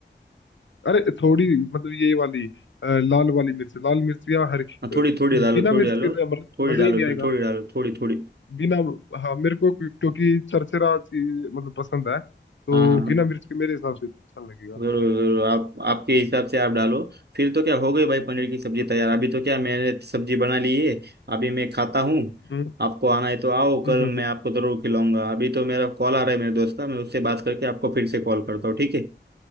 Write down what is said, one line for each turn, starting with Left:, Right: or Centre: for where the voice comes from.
Left: अरे थोड़ी मतलब ये वाली अ, लाल वाली मिर्च लाल मिर्च या हरी
Right: हाँ
Left: अ,
Right: थोड़ी थोड़ी डालो
Left: बिना
Right: थोड़ी
Left: मिर्च
Right: डालो
Left: के तो अमृत
Right: थोड़ी
Left: मजा
Right: डालो
Left: ही नहीं
Right: फिर
Left: आएगा
Right: थोड़ी डालो थोड़ी थोड़ी
Left: बिना हाँ मेरे को क्यों- क्योंकि चरचरा चीज मतलब पसंद है तो
Right: हाँ हाँ हाँ।
Left: बिना मिर्च के मेरे हिसाब से तो अच्छा लगेगा
Right: जरूर जरूर आप आपके हिसाब से आप डालो फिर तो क्या हो गई भाई पनीर की सब्जी
Left: हम्म
Right: तैयार अभी तो क्या मैंने सब्जी बना ली है अभी मैं खाता हूँ
Left: हम्म
Right: आपको आना है तो आओ कल
Left: हम्म हम्म,
Right: मैं
Left: हम्म।
Right: आपको जरूर खिलाऊंगा अभी तो मेरा कॉल आ रहा है मेरे दोस्त का मैं उससे बात करके आपको फिर से कॉल करता हूँ ठीक है